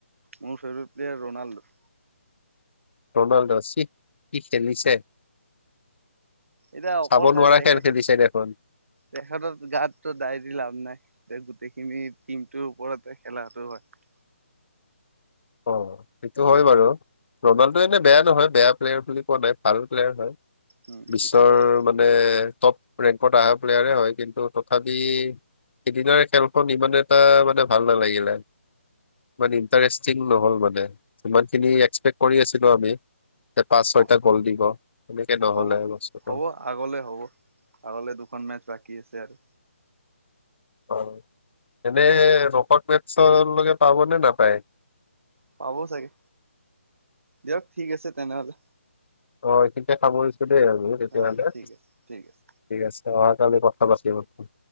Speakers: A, on the right; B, on the left.
A: মোৰ ফেভৰেট প্লেয়াৰ ৰনাল্ডো।
B: ৰনাল্ডো চি কি খেলিছে।
A: এতিয়া অকলশাৰে
B: চাব নোৱাৰা
A: তেখেতৰ
B: খেল খেলিছে দেখোন
A: তেখেতৰ গাতো দাই দি লাভ নাই। গোটেইখিনি টিমটোৰ ওপৰতে খেলাটো হয়।
B: অ সেইটো হয় বাৰু ৰনাল্ডো এনে বেয়া নহয় বেয়া প্লেয়াৰ বুলি কোৱা নাই ভাল প্লেয়াৰ হয়।
A: উম
B: বিশ্বৰ
A: এতিয়া গোটেই
B: মানে। টপ ৰেংকত অহা প্লেয়াৰে হয় কিন্তু তথাপি সিদিনাৰে খেলখন ইমান এটা মানে ভাল নালাগিলে। মানে ইণ্টাৰেষ্ট ঠিক নহল মানে সিমান খিনি
A: উম
B: এক্সপেক্ট কৰি আছিলো আমি যে পাঁচ ছয়টা
A: হ
B: গ'ল দিব। এনেকে নহ'লে
A: হ'ব
B: বস্তুটো
A: হ'ব আগলে হ'ব আগলে দুখন মেচ বাকী আছে আৰু।
B: অ', এনে <unintelligible> ওচৰ লকে পাব নে নাপায়?
A: পাব চাগে দিয়ক ঠিক আছে তেনেহলে।
B: অ এইখিনিতে সামৰিছোঁ। <unintelligible> আৰু তেতিয়াহলে
A: অ ঠিক
B: ঠিক
A: আছে আছে
B: আছে। অহাকালি কথা পাতিম।